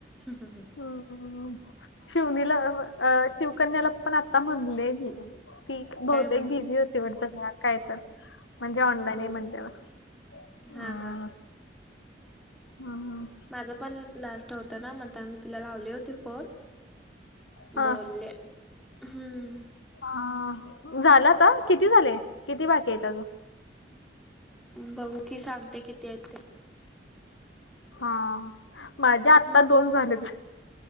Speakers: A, in the centre; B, on the left.
A: हम्म.
B: हम्म शिवनीला अ शिवकन्याला पण आता म्हणले मी ती बहुतेक
A: काय म्हणू
B: बिझी हो <unintelligible> काय तर म्हणजे ऑनलाईनही
A: होय
B: म्हणल्यावर. हम्.
A: हा हा
B: हा आ.
A: माझ पण लास्ट होतं ना म्हणताना मी तिला लावले होते फोन.
B: हा
A: बोलले हम्म.
B: ह झाला आता किती झाले? किती बाकी हाईत आजुन?
A: बघु कि सांगते किती हाय ते.
B: हा, हा. माझे आत्ता
A: हम्म
B: दोन झालेत.